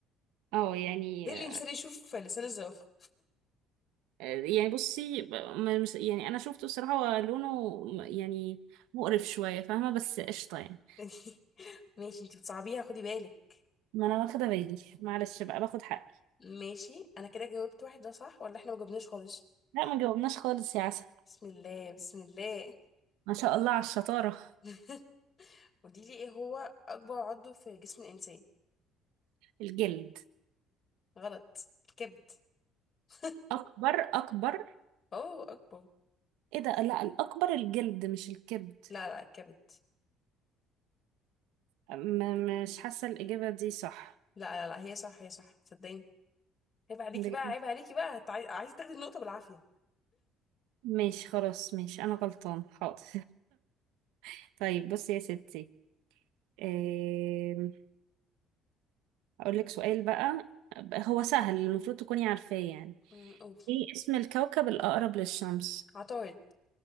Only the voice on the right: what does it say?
اه يعني
يعني بصي م- مش- يعني انا شفته الصراحة هو لونه يعني مقرف شوية فاهمة بس قشطة يعني
ما انا واخدة بالي معلش بقى باخد حقي
لا ما جاوبناش خالص يا عسل
ما شاء الله على الشطارة
الجلد
أكبر أكبر
إيه ده لا الأكبر الجلد مش الكبد
م مش حاسة الإجابة دي صح
بجد؟
ماشي خلاص ماشي أنا غلطان حاضر <laughs> طيب بصي يا ستي إيه... أقول لك سؤال بقى هو سهل المفروض تكوني عارفاه يعني
إيه اسم الكوكب الأقرب للشمس